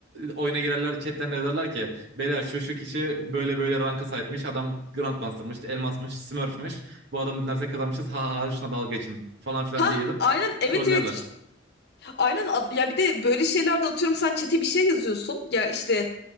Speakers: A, on the right (about 65°); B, on the left (about 60°).
A: oyuna girerler chatten yazarlar ki beyler şu şu kişi böyle böyle ranka sahipmiş. Adam Grandmaster'mış, Elmas'mış, Smurf'mış. Bu adamı dinlersek kazanmışız. Ha ha ha şuna dalga geçin falan filan
B: Ha
A: diye yazıp
B: aynen evet
A: trollerler.
B: evet aynen Ad- ya bir de böyle şeylerde atıyorum sen çete bir şey yazıyorsun ya işte